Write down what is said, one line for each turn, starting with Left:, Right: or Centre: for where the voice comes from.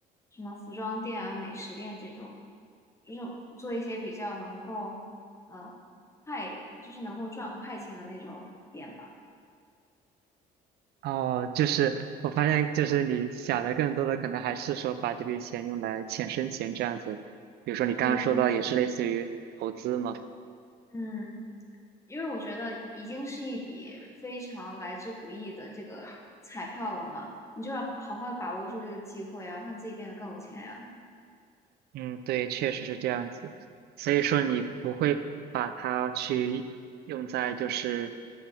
Left: 什么服装店啊、美食店这种，就是做一些比较能够嗯快，就是能够赚快钱的那种店吧。
Right: 哦，就是我发现，就是你想的更多的可能还是说把这笔钱用来钱生钱这样子。比如说你刚刚说到也是类似于投资嘛。
Left: 对，肯定是嗯。因为我觉得已经是一笔非常来之不易的这个彩票了嘛，你就要好好的把握住这个机会啊，让自己变得更有钱呀、啊
Right: 嗯，对，确实是这样子。所以说，你不会把它去用在就是